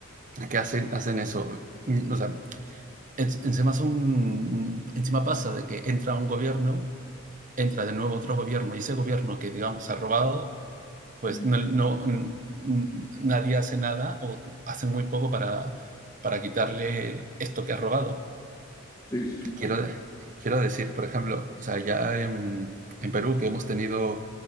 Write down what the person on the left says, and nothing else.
Ujú.
Sí, sí, sí.